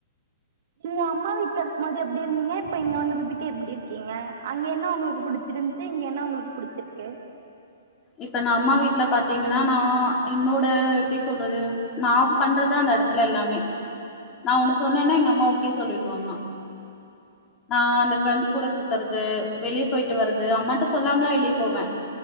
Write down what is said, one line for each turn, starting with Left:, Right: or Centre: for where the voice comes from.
Right: நீங்க அம்மா வீட்ல இருக்கும்போது எப்படி இருந்தீங்க இப்ப இங்க வந்த பத்திக்கு எப்படி இருக்கீங்க அங்க என்ன உங்களுக்கு புடிச்சிருந்ச்சு? இங்க என்ன உங்களுக்கு புடிச்சிருக்கு?
Left: இப்ப நா அம்மா வீட்டுல பாத்தீங்கன்னா நா என்னோட எப்படி சொல்றது நா பண்றதா அந்த இடத்துல எல்லாமே நா ஒன்னு சொன்னேன்னா
Right: ம்
Left: எங்க அம்மா ஓகே சொ சொல்லிடுவாங்க ஆஹ் அந்த பிரண்ட்ஸ் கூட சுத்துறது வெளிய போயிட்டு வரது அம்மாட்ட சொல்லாமலா வெளியே போவ